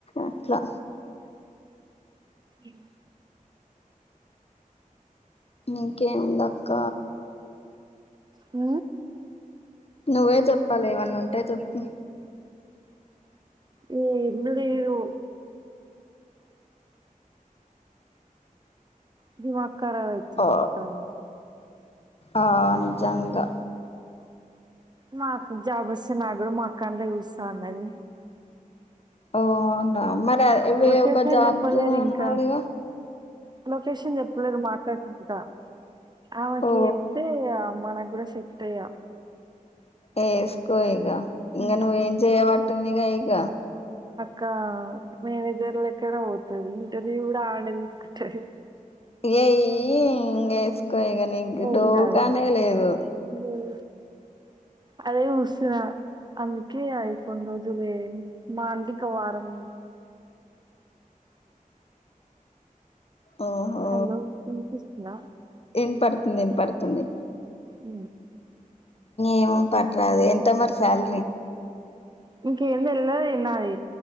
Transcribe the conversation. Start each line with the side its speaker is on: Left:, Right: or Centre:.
Left: అట్లా
Right: ఇం
Left: ఇంకేం ఉంది అక్క
Right: అ
Left: నువ్వే చెప్పాలి ఏవన్న ఉంటే చెప్పు
Right: ఈ ఎందు లేదు ఇది వక్కరా అయితుంది
Left: ఆ
Right: కావడి
Left: ఆ నిజంగా
Right: నాకు జాబ్ వస్తే నాకు కూడా మా అక్క అండ్ల చూస్తా అన్నది
Left: ఓ అవునా మరి అవి
Right: లొకేషన్
Left: ఒక జాబ్
Right: చెప్పలేరు
Left: జేయ అన్నాడుగా
Right: ఇంకా లొకేషన్ చెప్పలేరు మా అక్క కు ఇంకా ఆమెకి
Left: ఓ
Right: చెప్పుతే ఇగ మనకు కూడ సేట్ ఇగ
Left: ఏస్కోయిగా ఇంగ
Right: ఉమ్
Left: నువ్వు ఏం చేయ వట్టుతుంది గా ఇగ
Right: క మేనేజర్ లెక్కనే పోతది ఇంటర్వ్యూ కూడా ఆడే తీసుకుంటది
Left: ఏయ్ ఇంగ వేసుకో ఇక నీకు
Right: ఏం
Left: డోకానే
Right: కాదు
Left: లేదు
Right: ఇగ అదే ఊసిన అందుకే అయి కొన్ని రోజులు జేయని మా అంటే ఇంకా వారం
Left: ఆహో
Right: హలో వినిపిస్తుందా
Left: ఇన్ పడుతుంది ఇన్ పడుతుంది
Right: అ
Left: ఏమో పట్ రాదు ఎంత మరి సాలరీ
Right: ఇంకేం తినలేదు ఈనయి